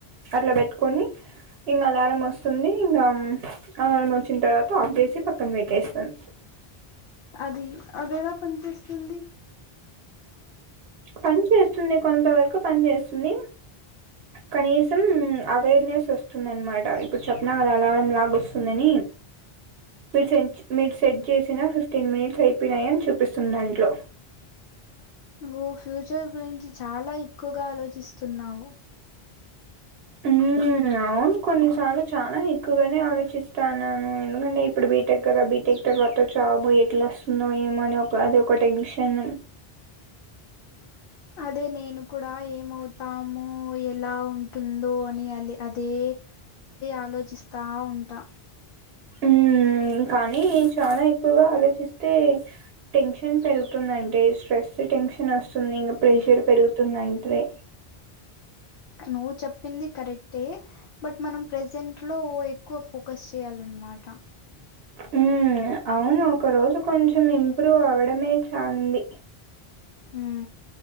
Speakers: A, on the right (about 80°); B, on the left (about 65°).
A: అట్లా పెట్టుకొని ఇంకా అలారం వస్తుంది ఇంకా అలారం వచ్చిన తర్వాత ఆఫ్ చేసి పక్కన పెట్టేస్తాను
B: అది అదేలా పనిచేస్తుంది
A: పని చేస్తుంది కొంత వరకు పని చేస్తుంది కనీసం అవేర్నెస్ వస్తుంది అనమాట ఇప్పుడు చెప్పిన కదా అలారం లాగ వస్తుందని మీరు సెట్ మీరు సెట్ చేసిన ఫిఫ్టీన్ మినిట్స్ అయిపోయినాయని చూపిస్తుంది దాంట్లో
B: నువ్వు ఫ్యూచర్ గురించి చాలా ఎక్కువగా ఆలోచిస్తున్నావు
A: ఉ అవును కొన్నిసార్లు చాలా ఎక్కువగానే ఆలోచిస్తాన్నాను ఎందుకంటే ఇప్పుడు బీటెక్ కథ బీటెక్ తర్వాత జాబ్ ఎట్లా వస్తుందో ఏమోని ఒక అది ఒక టెన్షన్
B: అదే నేను కూడా ఏ మ్ అవుతాము ఎలా ఉంటుందో అని అ అదే ఆలోచిస్తా ఉంటా
A: ఉ కానీ చాలా ఎక్కువగా ఆలోచిస్తే టెన్షన్ పెరుగుతుందింటే స్ట్రెస్ టెన్షన్ వస్తు వస్తుంది ప్రెషర్ పెరుగుతుంది వస్తుందంటే
B: నువ్వు చెప్పింది కరెక్టే బట్ మనం ప్రజెంట్ లో ఎక్కువ ఫోకస్ చేయాలన్నమాట
A: ఉమ్ అవును ఒక రోజు కొంచెం ఇంప్రూవ్ అవ్వడమే చాలా ఉంది
B: ఉ